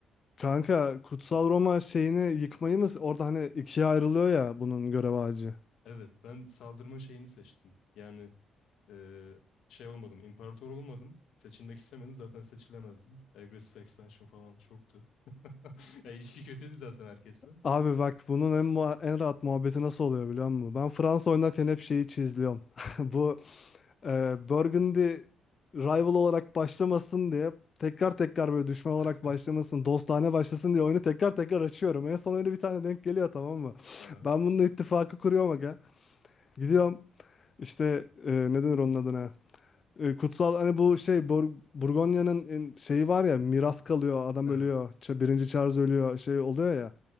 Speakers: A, on the left; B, on the left.
A: kanka Kutsal Roma şeyini yıkmayı mı orada hani ikiye ayrılıyor ya bunun görev ağacı.
B: Evet, ben saldırma şeyini seçtim. Yani eee, şey olmadım, imparator olmadım. Seçilmek istemedim. Zaten seçilemezdim. Aggressive expansion falan çoktu. <laughs> Ya ilişki kötüydü zaten herkesle.
A: Abi bak bunun en, muha- en rahat muhabbeti nasıl oluyor biliyor musun? Ben Fransa oynarken hep şeyi çizliyorum. <laughs> Bu e, Burgundy rival olarak başlamasın diye tekrar tekrar böyle düşman olarak
B: <laughs>
A: başlamasın, dostane başlasın diye oyunu tekrar tekrar açıyorum. En son öyle bir tane denk geliyor tamam mı? <laughs>
B: Aha.
A: Ben bununla ittifakı kuruyorum aga. Gidiyorum işte e, ne denir onun adına? E, kutsal hani bu şey Bur Burgonya'nın en- şeyi var ya miras kalıyor, adam
B: Evet.
A: ölüyor. Ç- Birinci Charles ölüyor şey oluyor ya.